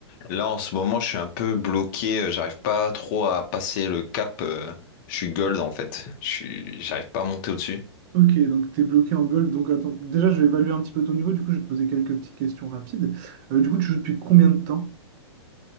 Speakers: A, on the left; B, on the right.
A: Là, en ce moment, je suis un peu bloqué. euh, J'arrive pas trop à passer le cap. euh, Je suis gold, en fait. Je suis, j'arrive pas à monter au-dessus.
B: Ok, donc tu es bloqué en gold. Donc, attends, déjà, je vais évaluer un petit peu ton niveau. Du coup, je vais te poser quelques petites questions rapides. Euh, du coup, tu joues depuis combien de temps?